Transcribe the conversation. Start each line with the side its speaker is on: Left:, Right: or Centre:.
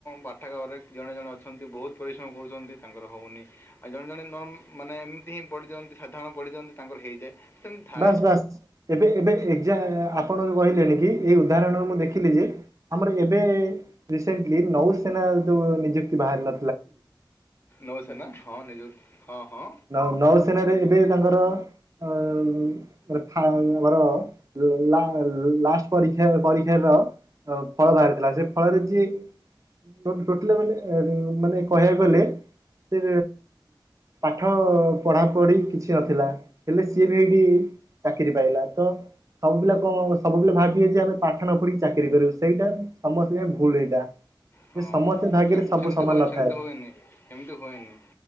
Left: ପାଠାଗାରେ ଜଣେ ଜଣେ ଅଛନ୍ତି ବହୁତ ପରିଶ୍ରମ କରୁଛନ୍ତି ତାଙ୍କର ହଉନି ଆଉ ଜଣେ ଜଣେ ନର୍ ମାନେ ଏମିତି ହିଁ ପଢିଦିଅନ୍ତି ସାଧାରଣ ପଢିଦିଅନ୍ତି ତାଙ୍କର ହେଇଯାଏ ସେମିତି ଥାଏ
Right: ବାସ୍ ବାସ୍ ଏବେ ଏବେ ଏକଯା ଆପଣ କହିଲେନି କି ଏଇ ଉଦାହରଣରେ ମୁଁ ଦେଖିଲି ଯେ ଆମର ଏବେ ରିସେଣ୍ଟଲି ନୌସେନା ଯୋଉ ନିଯୁକ୍ତି ବାହାରିଲା
Left: ନଉସେନା ହଁ ନିଜୁ ହଁ ହଁ
Right: ନ ନୌସେନାରେ ଏବେ ତାଙ୍କର ଅ ଫା ଆମର ଲା ଲାଷ୍ଟ ପରୀକ୍ଷା ପରୀକ୍ଷାର ଅ ଫଳ ବାହାରିଥିଲା ସେ ଫଳରେ ଯିଏ <unintelligible> ମାନେ ମାନେ କହିବାକୁ ଗଲେ ସେ ପାଠ ପଢାପଢି କିଛି ନଥିଲା ହେଲେ ସିଏ ବି ହେଇଠି ଚାକିରି ପାଇଲା ତ ସବୁ ପିଲା କ ସବୁ ପିଲା ଭାବିବେ ଯେ ଆମେ ପାଠ ନ ପଢିକି ଚାକିରି କରିବୁ ସେଇଟା ସମସ୍ତଙ୍କ ଭୁଲ ଏଇଟା।
Left: ହଁ
Right: ଯେ ସମସ୍ତେ ଭାଗ୍ୟରେ
Left: ସେମତି
Right: ସବୁ
Left: ସେମିତି
Right: ସମାନ
Left: ହୁଏନି
Right: ନଥାଏ
Left: ସେମିତି ହୁଏନି। ସେମିତି ହୁଏନି